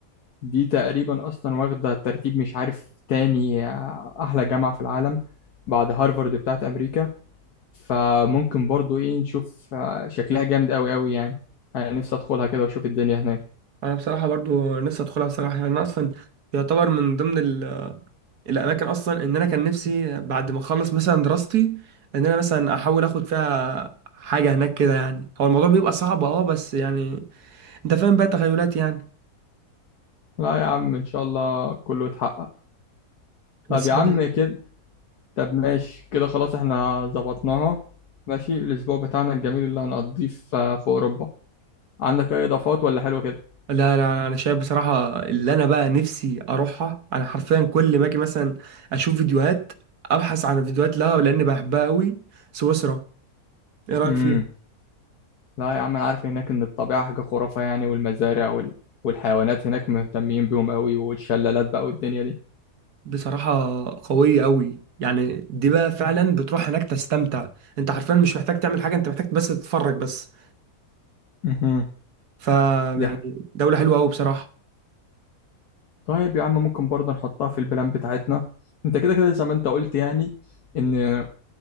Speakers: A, on the left; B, on the right.
A: دي تقريبا اصلا واخده ترتيب مش عارف تاني آه، احلى جامعه في العالم بعد هارفارد بتاعت امريكا فممكن برضو ايه نشوف آه، شكلها جامد قوي قوي يعني انا نفسي ادخلها كده واشوف الدنيا هناك
B: انا بصراحه برضو نفسي ادخلها بصراحه يعني انا اصلا يعتبر من ضمن ال- الاماكن اصلا ان انا كان نفسي بعد ما اخلص مثلا دراستي ان انا مثلا احاول اخد فيها حاجه هناك كده يعني هو الموضوع بيبقى صعب اه بس يعني انت فاهم بقى تخيلات يعني
A: لا يا عم ان شاء الله كله يتحقق طب
B: بس
A: يا
B: يعني
A: عم كده طب ماشي كده خلاص احنا ظبطناها ماشي الاسبوع بتاعنا الجميل اللي هنقضيه في في اوروبا عندك اي اضافات ولا حلو كده
B: لا لا لا، انا شايف بصراحه اللي انا بقى نفسي اروحها انا حرفيا كل ما اجي مثلا اشوف فيديوهات ابحث عن فيديوهات لها لان بحبها قوي سويسرا ايه رايك
A: امم
B: فيها
A: لا يا عم انا عارف هناك ان الطبيعه حاجه خرافه يعني والمزارع وال... والحيوانات هناك مهتمين بيهم قوي والشلالات بقى والدنيا دي
B: بصراحه قويه قوي يعني دي بقى فعلا بتروح هناك تستمتع انت حرفيا مش محتاج تعمل حاجه انت محتاج بس تتفرج بس
A: مهم.
B: ف
A: دي
B: يعني دوله حلوه قوي بصراحه
A: طيب يا عم ممكن برضه نحطها في البلان بتاعتنا انت كده كده زي ما انت قلت يعني ان